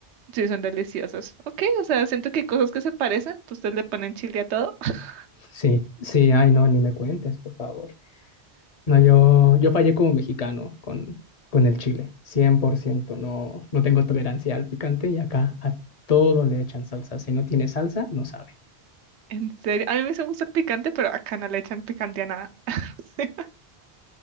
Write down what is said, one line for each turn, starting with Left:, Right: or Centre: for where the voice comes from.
Right: sí, son deliciosos. Ok, o sea, siento que hay cosas que se parecen, pues ustedes le ponen chile a todo. <laughs>
Left: Sí, sí, ay no, ni me cuentes, por favor. No, yo, yo fallé como mexicano con, con el chile, 100%. No, no tengo tolerancia al picante y acá a todo le echan salsa. Si no tiene salsa, no sabe.
Right: En serio, a mí me gusta el picante, pero acá no le echan picante a nada. <laughs> Sí,